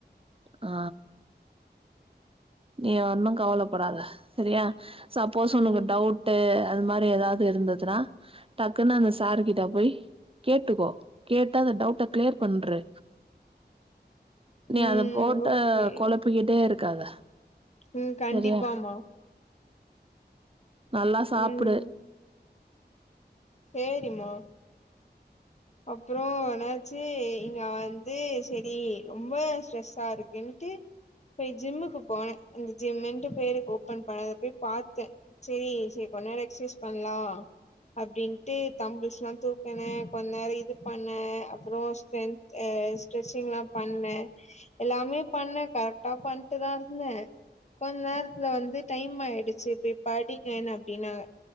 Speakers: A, on the right; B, on the left.
A: ஆ நீ ஒன்னு கவலப்படாத சரியா சப்போஸ் உனக்கு
B: ம்
A: டவுட் ட்டு அது மாரி ஏதாவது இருந்ததுன்னா டக்குன்னு அந்த சார் கிட்ட போய் கேட்டுக்கோ கேட்டு அந்த டவுட்ட கிளியர் பண்ரு நீ
B: ம்
A: அத போட்டு
B: ஓகே
A: கொலப்பிக்கிட்டே இருக்காத
B: ம் கண்டிப்பாமா
A: சரியா நல்லா சாப்புடு
B: ம் சேரிம்மா அப்பொறோ என்னாச்சு இங்க வந்து செரி ரொம்ப ஸ்ட்ரெஸ்ஸா இருக்குன்ட்டு போய் ஜிம்முக்கு போன இந்த ஜிம்முன்டு பேருக்கு ஓப்பன் பண்ணத போய் பாத்த செரி சரி கொன்நேரோ எக்சைஸ் பண்லா அப்டின்ட்டு தம்புள்ஸ்ல்லா தூக்குன ந இது பண்ண அப்றோ ஸ்டென் ஸ்ட்ரெச்சிங்ல்லா பண்ண எல்லாமே பண்ண கரெக்டா பண்ட்டுதா இருந்த கொஞ் நேரத்துல வந்து டைம் ஆயிடுச்சு போய் படிங்கனாங் அப்டின்னாங்க